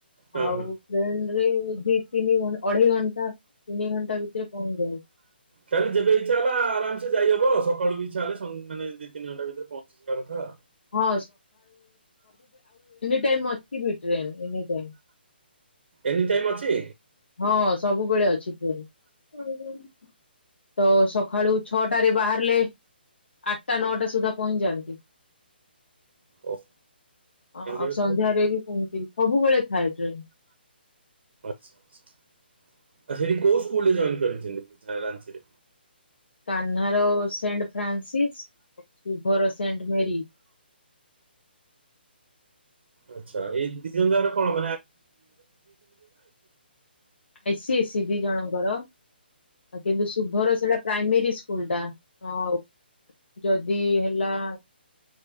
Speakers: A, on the right; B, on the left.
A: ହଁ
B: ଆଉ
A: ହଁ।
B: ଫେଣ୍ଡରେ ଦୀପ ତିନି ଘ ଅଢେଇ ଘଣ୍ଟା ତିନି ଘଣ୍ଟା ଭିତରେ ପହଞ୍ଚି ଯାଉ
A: କାଲି ଯେବେ ଇଚ୍ଛା ହେଲା ଆରାମସେ ଯାଇହବ ସକାଳୁ ଇଚ୍ଛା ହେଲେ ମାନ ଦି ତିନି ଘଣ୍ଟା ଭିତରେ ପହଞ୍ଚିଯିବା କଥାଉ
B: ହଁ ଟାଇମ ଅଛିି ବିଟରେେ ଏନି ଟାଇ
A: ଏନି ଟାଇମ ଅଛି
B: ହଁ ସବୁବେଳେ ଅଛି ଟ୍ରେନ ତ ସକାଳୁ ଛଅଟାରେ ବାହାରିଲେ ଆଠଟା ନଅଟା ସୁଦ୍ଧା ପହଞ୍ଚିଯାଆନ୍ତି
A: ଓ
B: ଅ,
A: ଆଛା
B: ଆଉ
A: ଆ
B: ସନ୍ଧ୍ୟାରେ ବି ସେମିତି ସବୁବେଳେ ଥାଏ ଟ୍ରେନ
A: ସେଠି କୋଉ ସ୍ ଜ କରିଛନ୍ତି
B: କହ୍ନ ର ସେଣ୍ଟ ଫ୍ରାନ୍ସିସ୍ ଶୁଭର ସେଣ୍ଟ ମେ
A: ଆଛା ଏଇ ଦ ଜ ଯାଗ କଣ
B: ଆଇସି ଏସି ଦି ଜଣଙ୍କର କିନ୍ତୁ ଶୁଭର ସେଇଟା ପ୍ରାଇମୋରୀ ସ୍କୁଲ ଟା ହ ଆଉ ଯଦି ହେଲା